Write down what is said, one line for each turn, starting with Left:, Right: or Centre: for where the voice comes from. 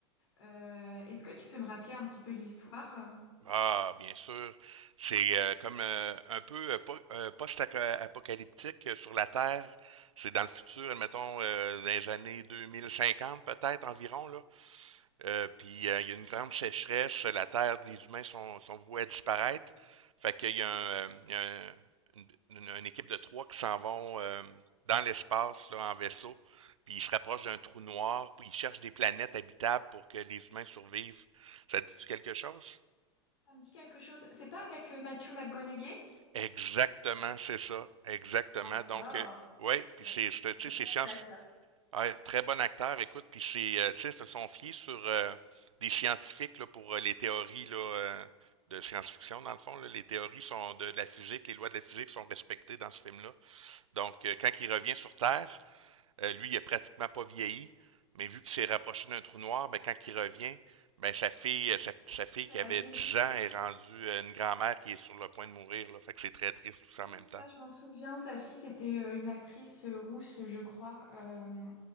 Left: Euh, est-ce que tu peux me rappeler un petit peu l'histoire? euh
Right: Ah, bien sûr. C'est euh, comme euh, un peu euh, po- euh, post-apocalyptique euh, sur la Terre. C'est dans le futur, admettons, euh, dans les années 2050, peut-être environ, là. Euh, puis euh, il y a une grande sécheresse, la terre, les humains sont, sont voués à disparaître. Fait qu'il y a, un, euh, il y a un- une, une- une équipe de trois qui s'en vont euh, dans l'espace, là, en vaisseau. Puis ils se rapprochent d'un trou noir, puis ils cherchent des planètes habitables pour que les humains survivent. Ça te dit-tu quelque chose?
Left: Ça me dit quelque chose. C'est pas avec euh, Matthew McConaughey?
Right: Exactement, c'est ça. Exactement.
Left: J'adore.
Right: Donc, euh, ouais, puis
Left: J'a-
Right: c'est, c'est- tu
Left: J'adore
Right: sais, c'est
Left: cet
Right: science,
Left: acteur.
Right: Ouais, très bon acteur, écoute, puis c'est, euh, tu sais, se sont fiés sur euh, des scientifiques là, pour euh, les théories là, euh, de science-fiction, dans le fond. là. les théories sont de, de la physique, les lois de la physique sont respectées dans ce film-là. Donc, euh, quand il revient sur Terre, euh, lui, il a pratiquement pas vieilli, mais vu qu'il s'est rapproché d'un trou noir, ben, quand il revient, ben, sa fille, euh, sa, sa fille qui
Left: Elle
Right: avait
Left: a vieilli.
Right: 10 ans est rendue euh, une grand-mère qui est sur le point de mourir. Là, fait que c'est très triste tout ça
Left: Oui,
Right: en même
Left: je
Right: temps.
Left: crois, je m'en souviens. Sa fille, c'était euh, une actrice euh, rousse, je crois. Euh,